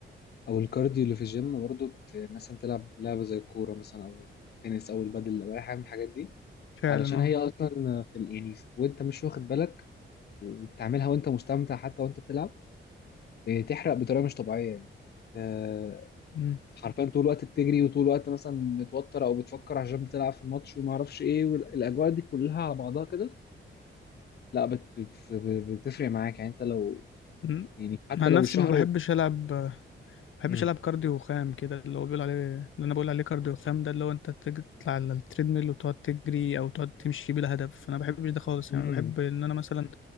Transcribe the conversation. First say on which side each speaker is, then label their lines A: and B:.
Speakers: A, on the left (about 55°); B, on the left (about 80°).
A: أو الكارديو اللي في الجيم برضو ت- مثلا تلعب لعبة زي الكورة مثلا أو التنس أو البادل أو أي حاجة من الحاجات دي
B: فعلا
A: علشان
B: اه
A: هي أصلا في ال- يعني في- وأنت مش واخد بالك وبتعملها وأنت مستمتع حتى وأنت بتلعب بتحرق بطريقة مش طبيعية يعني آه،
B: مم.
A: حرفيا طول الوقت بتجري وطول الوقت مثلا متوتر أو بتفكر عشان بتلعب في الماتش وما أعرفش إيه والأجواء دي كلها على بعضها كده لا بت بت بتفرق معاك يعني أنت لو
B: مم.
A: يعني حتى
B: انا عن
A: لو
B: نفسي
A: الشهر
B: ما بحبش العب ما بحبش
A: امم
B: العب كارديو خام كده اللي هو بيقول عليه اللي انا بقول عليه كارديو خام ده اللي هو انت تج- تطلع على التريدميل وتقعد تجري او تقعد تمشي بلا هدف انا ما بحبش ده خالص
A: امم
B: يعني بحب ان انا مثلا